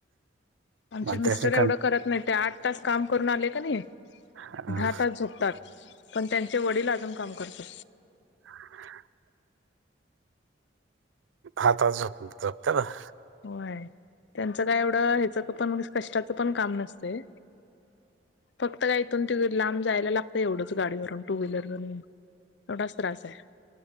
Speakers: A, on the left; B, on the right.
A: आमचे
B: मग
A: मिस्टर
B: त्याने का
A: एवढं करत नाही ते आठ तास काम करून आले का नाही,
B: हा.
A: दहा तास झोपतात. पण त्यांचे वडील अजून काम करतात.
B: <inaudible> दहा तास झोप झोपत्यात.
A: होय, त्यांचं काय एवढं ह्याचं पण कष्टाचं पण काम नसतेय. फक्त काय इथून त लांब जायला लागतं एवढंच गाडीवरून टू व्हीलर वरून. एवढाच त्रास आहे,